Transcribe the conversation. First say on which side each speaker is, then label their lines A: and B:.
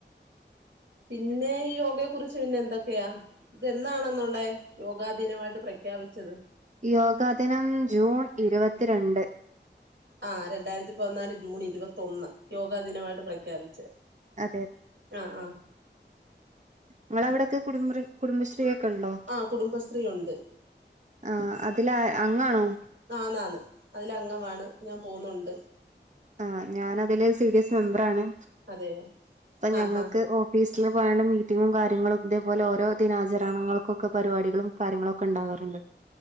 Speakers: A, on the right; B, on the right.
A: പിന്നെ ഈ യോഗ കുറിച്ച് പിന്നെ എന്തൊക്കയാ ഇതെന്നാണുള്ളെ യോഗാ ദിനമായിട്ട് പ്രഖ്യാപിച്ചത്
B: യോഗാ ദിനം ജൂൺ ഇരവത്തിരണ്ട്
A: ആഹ രണ്ടായിരത്തി പതിനാല് ജൂൺ ഇരുവത്തൊന്ന് യോഗാ ദിനായിട്ട് പ്രഖ്യാപിച്ച്
B: അതെ
A: ആഹ് ആഹ്
B: ഇങ്ങള അവടൊക്കെ കുടുംബ്ര കുടുംബശ്രീ ഒക്കെ ഉണ്ടോ?
A: ആഹ് കുടുംബശ്രീ ഉണ്ട്
B: ആഹ് അതില അംങ്ങാംണോ
A: ആണ് ആണ് അതില അംഗമാണ്, ഞാൻ പോവുന്നുണ്ട്.
B: ആ ഞാന അതില് സി ഡി എസ് മെമ്പറ ആാണ്
A: അതെയോ
B: അപ്പ ഞങ്ങക്ക്
A: ആഹ് ആഹ്
B: ഓ ഫീസില് പറി <unintelligible> ണ മീറ്റിങ്ങും കാര്യങ്ങളും ഇതേപോലെ ഓരോ ദിനാചരണങ്ങൾകൊക്കെ പരിപാടികളും കാര്യങ്ങളോക്കെ ഇണ്ടാവാറ്ണ്ട്